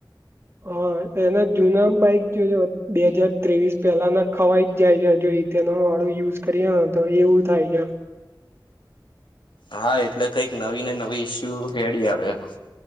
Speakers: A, on the right (about 30°); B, on the left (about 80°).
A: હા એના જૂના બાઈક જો બે હજાર ત્રેવીસ પહેલા ના ખવાઈ જ જાય છે જો તેનો વાળું યુઝ કરીએ ને તો એવું થાય છે
B: હા એટલે કઈક નવી ને નવી ઈસ્યુ ખેડી આવે એમાં